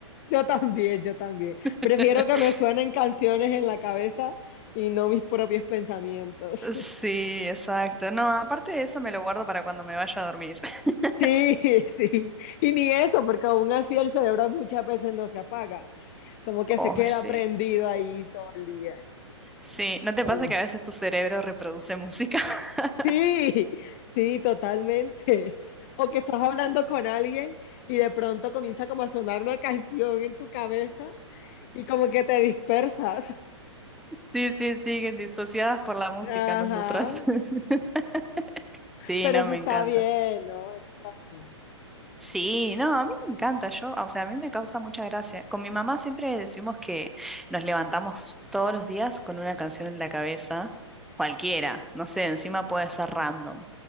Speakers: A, on the left (about 30°); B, in the centre.
A: Yo también, yo también.
B: <laughs>
A: Prefiero que me suenen canciones en la cabeza y no mis propios pensamientos.
B: Sí, exacto. No, aparte de eso me lo guardo para cuando me vaya a dormir. <laughs>
A: Sí, <laughs> sí. Y ni eso, porque aún así el cerebro muchas veces no se apaga, como que
B: Oh,
A: se queda
B: sí.
A: prendido ahí todo el día.
B: Sí, ¿no te
A: Pero
B: pasa que a veces tu cerebro reproduce música? <laughs>
A: Sí, <laughs> sí, totalmente. O que estás hablando con alguien y de pronto comienza como a sonar una canción en tu cabeza y como que te dispersas. <laughs>
B: Sí, sí, sí, que disociadas por la música
A: Ajá.
B: nosotras. <laughs> Sí,
A: Pero
B: no,
A: eso
B: me
A: está
B: encanta.
A: bien, ¿no? Eso está bien.
B: Sí, no, a mí me encanta, yo, o sea, a mí me causa mucha gracia. Con mi mamá siempre decimos que nos levantamos todos los días con una canción en la cabeza, cualquiera, no sé, encima puede ser random.